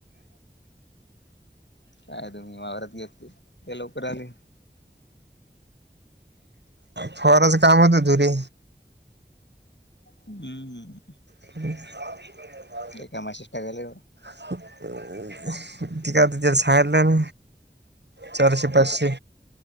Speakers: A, on the left; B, on the right.
A: काय तुम्ही वावरात येतं इतक्या लवकर आले
B: फारचं काम होत आधुरी
A: हम्म
B: हं
A: एका माशि <inaudible> ष्ट टाकाले
B: ह. ते काय झालं सांगलं चारशे पाचशे